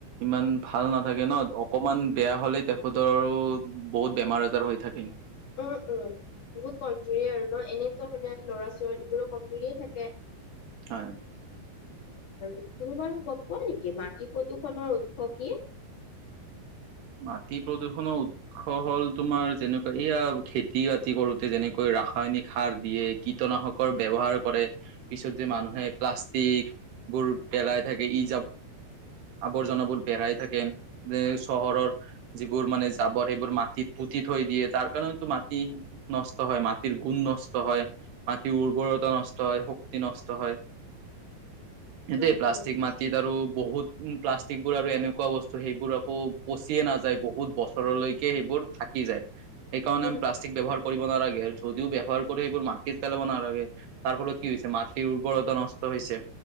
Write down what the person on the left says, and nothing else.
উম- উম। বহুত কমজুৰি আৰু ন এনেইতো মানে ল'ৰা ছোৱালীবোৰো কমজুৰিয়ে থাকে।
আৰু তুমি বাৰু গম পোৱা নেকি মাটি প্ৰদূৰ্ষণৰ উৎস কি। <inaudible>
<inaudible>
উম,
উম,